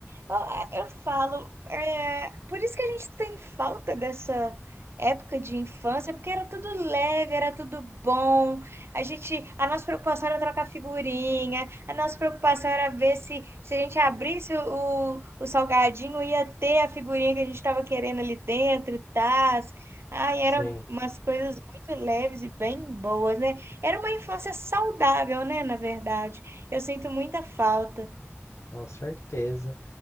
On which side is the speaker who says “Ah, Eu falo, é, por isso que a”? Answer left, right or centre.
Right